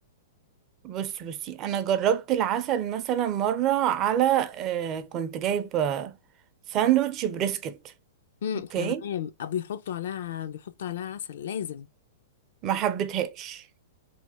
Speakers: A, on the right; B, on the left.
A: بصي بصي انا جربت العسل مثلا مرة على آه، كنت جايبة ساندوتش بريسكت
B: امم
A: اوكي
B: تمام أو بيحطوا عليها بيحطوا عليها عسل لازم
A: ما حبيتهاش